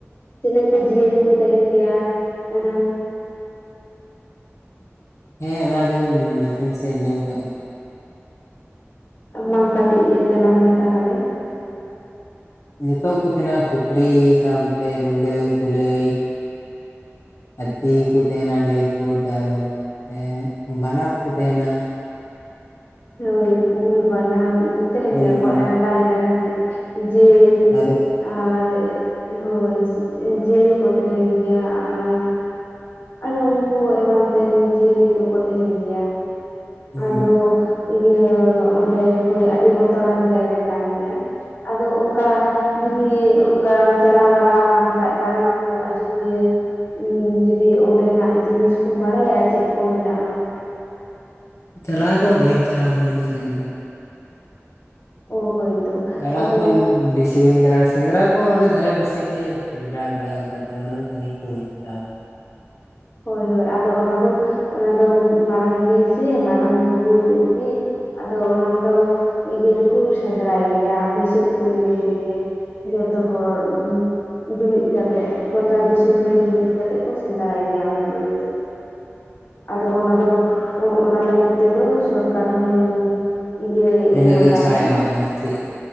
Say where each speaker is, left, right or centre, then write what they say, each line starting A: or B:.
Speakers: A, on the left; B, on the left.
A: ᱪᱮᱞᱮ ᱠᱚ ᱡᱤᱭᱟᱹᱞᱤ ᱠᱚ ᱛᱟᱦᱮᱸᱱ ᱜᱮᱭᱟ, ᱚᱱᱟ
B: ᱦᱮᱸ ᱚᱱᱟ ᱫᱚᱧ ᱱᱟᱥᱮ ᱱᱟᱥᱮᱧ ᱟᱸᱡᱚᱢ ᱠᱟᱫᱴᱜ ᱜᱮᱭᱟ᱾
A: ᱢᱟ ᱠᱟᱹᱴᱤᱡ ᱞᱟᱹᱭ ᱛᱟᱞᱟᱝ ᱢᱮ ᱛᱟᱦᱚᱞᱮ᱾
B: ᱡᱷᱚᱛᱚ ᱠᱚ ᱛᱟᱦᱮᱸᱱᱟ ᱥᱩᱠᱨᱤ ᱛᱟᱯᱚᱨ ᱛᱮ ᱨᱩᱸᱰᱟᱹ, ᱠᱩᱞᱟᱹᱭ, ᱦᱟᱛᱤ ᱠᱚ ᱛᱟᱦᱮᱸᱱᱟ ᱞᱟᱹᱭ ᱟᱠᱚ <inaudible> ᱮᱸᱜ ᱵᱟᱱᱟ ᱠᱚ ᱠᱚ ᱛᱟᱦᱮᱸᱱᱟ,
A: ᱦᱳᱭ ᱠᱩᱞ, ᱵᱟᱱᱟ ᱛᱟᱦᱮᱸᱱ
B: ᱠᱩᱞ
A: ᱜᱮᱭᱟ
B: ᱵᱟᱱᱟ
A: ᱠᱚ ᱟᱢᱫᱟ ᱞᱮᱠᱟᱱ ᱡᱮᱞ
B: ᱛᱟᱹᱨᱩᱵ
A: ᱟᱨ ᱦᱳᱭ ᱡᱮᱞ ᱠᱚ ᱛᱟᱦᱮᱸᱱ ᱜᱮᱭᱟ ᱟᱨ ᱟᱨᱦᱚᱸ ᱩᱝᱠᱩ ᱮᱢᱟᱱ ᱛᱮᱱ ᱡᱤᱭᱟᱹᱞᱤ ᱠᱚᱠᱚ ᱛᱟᱦᱮᱸᱱ ᱜᱮᱭᱟ᱾
B: ᱦᱩᱸ
A: ᱟᱫᱚ ᱤᱭᱟᱹ ᱚᱸᱰᱮ ᱦᱳᱭ ᱟᱹᱰᱤ ᱵᱚᱛᱚᱨᱟᱱ ᱡᱟᱭᱜᱟ ᱠᱟᱱ ᱜᱮᱭᱟ᱾ ᱟᱫᱚ ᱚᱝᱠᱟ ᱡᱩᱫᱤ ᱚᱝᱠᱟᱢ ᱪᱟᱞᱟᱣ ᱵᱟᱲᱟᱣ ᱟᱠᱟᱱ ᱠᱷᱟᱡ ᱫᱟᱲᱟᱱ ᱠᱚ ᱟᱡᱚᱫᱤᱭᱟᱹ <inaudible> ᱡᱩᱫᱤ ᱚᱸᱰᱮᱱᱟᱜ ᱡᱤᱱᱤᱥ ᱠᱚᱢ ᱵᱟᱲᱟᱭᱟ ᱪᱮᱫ ᱠᱚ ᱢᱮᱱᱟᱜ-ᱟ?
B: ᱪᱟᱞᱟᱣ ᱫᱚ ᱵᱟᱹᱧ ᱪᱟᱞᱟᱣ ᱟᱠᱟᱱᱟ ᱩᱱᱟᱹᱜ ᱥᱟᱺᱜᱤᱧ ᱫᱚ᱾
A: ᱚᱳ ᱦᱳᱭᱛᱳ᱾
B: ᱫᱟᱬᱟ
A: ᱟᱫᱚ
B: ᱠᱩᱧ ᱵᱮᱥᱤ ᱵᱟᱹᱧ ᱫᱟᱬᱟ ᱥᱮᱸᱫᱽᱨᱟ ᱠᱚᱦᱚᱸ ᱟᱞᱮ ᱫᱷᱟᱨᱮ ᱯᱟᱥᱮ ᱜᱮ ᱥᱮᱸᱫᱽᱨᱟ ᱵᱟᱲᱟᱣ ᱠᱟᱪᱟ ᱛᱚ ᱩᱱᱟᱹᱜ ᱥᱟᱺᱜᱤᱧ ᱫᱚ ᱵᱟᱹᱧ <inaudible>
A: ᱦᱳᱭ ᱦᱳᱭ ᱟᱫᱚ ᱚᱱᱟ ᱫᱚ, ᱚᱱᱟ ᱫᱚ ᱢᱟᱨᱟᱝ ᱵᱤᱨ ᱥᱮ ᱢᱟᱨᱟᱝ ᱵᱩᱨᱩ ᱜᱮ ᱟᱫᱚ ᱚᱱᱟ ᱫᱚ ᱤᱭᱟᱹ ᱨᱮᱠᱚ ᱥᱮᱸᱫᱽᱨᱟᱭ ᱜᱮᱭᱟ ᱵᱟᱹᱭᱥᱟᱹᱠᱷ ᱠᱩᱱᱟᱹᱢᱤ ᱨᱮᱜᱮ᱾ ᱡᱚᱛᱚ ᱦᱚᱲ ᱡᱩᱢᱤᱫ ᱠᱟᱛᱮᱜ ᱜᱚᱴᱟ ᱫᱤᱥᱚᱢ ᱨᱮᱱ ᱡᱩᱢᱤᱫ ᱠᱟᱛᱮᱜ ᱠᱚ ᱥᱮᱸᱫᱽᱨᱟᱭ ᱜᱮᱭᱟ ᱚᱱᱟ ᱵᱤᱨ ᱫᱚ, ᱟᱫᱚ ᱚᱱᱟ ᱫᱚ ᱚᱱᱟ ᱞᱟᱹᱜᱤᱫ ᱛᱮᱫᱚ ᱥᱚᱨᱠᱟᱨ ᱦᱚᱸ ᱤᱭᱟᱹᱭ
B: ᱤᱱᱟᱹᱜ
A: ᱮᱢ
B: ᱫᱚ
A: ᱠᱟᱫᱟᱭ,
B: ᱪᱷᱟᱲᱮ ᱮᱢᱟ ᱠᱚᱣᱟ ᱪᱮᱫ